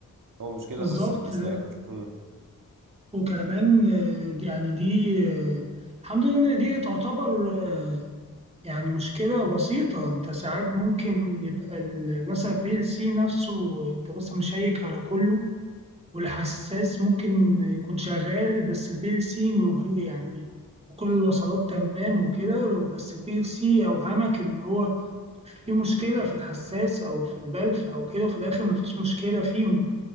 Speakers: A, on the right; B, on the right.
A: هو مشكله
B: بالظبط
A: بس في الاسلاك
B: ده
A: مم.
B: وكمان آه، دي- يعني دي آه، الحمد لله ان دي تعتبر آه، يعني مشكلة بسيطة انت ساعات ممكن يبقى ال- مثلا بي ال سي نفسه انت مثلا مشيك على كله والحساس ممكن يكون شغال بس بي ال سي وهي يعني وكل الوصلات تمام وكده بس البي ال سي أوهمك إن هو في مشكلة في الحساس أو في البلف أو كده وفي الآخر مفيش مشكلة فيهم